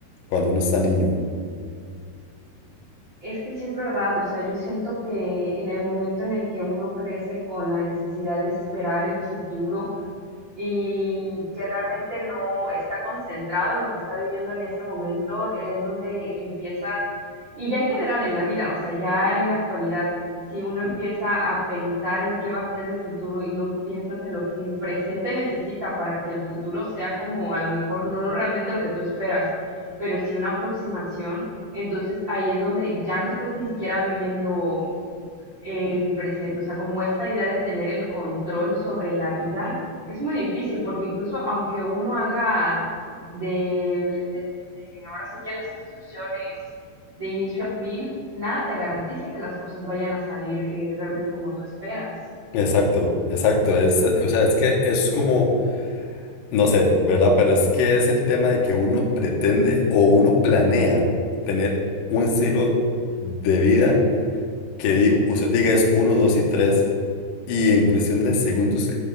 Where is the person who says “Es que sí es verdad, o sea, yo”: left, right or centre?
Right